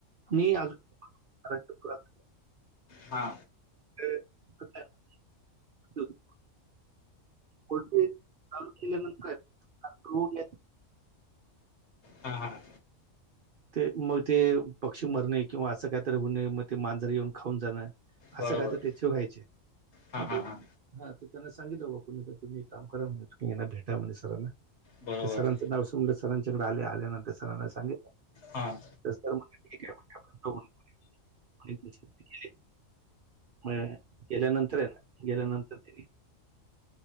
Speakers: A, on the right; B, on the left.
A: नी अजू <unintelligible>
B: हा.
A: ते कुठल्या <unintelligible> <unintelligible> चालू केल्यानंतर आयत <unintelligible>
B: हा हा.
A: ते म ते पक्षी मरणे किंवा असं कायतरी हूने म ते मांजर येऊन खाऊन जाणं. असं
B: बरोबर
A: काय तर त्याचे व्हायचे,
B: हां
A: म
B: हां
A: तो
B: हां
A: हा तर त्यांना सांगितलं बाबा कुणी तर तुम्ही एक काम करा म्हणे तुम्ही आय ना भेटा म्हणे सरांना.
B: बरोबर
A: त्या सरांचं नाव समलं सरांच्याकडे आले आल्यानंतर सरांना सांगितलं.
B: हा.
A: तर सर म्हणले ठीकये आपण बघून <unintelligible> गेले म गेल्यानंतर आय ना गेल्यानंतर ते नी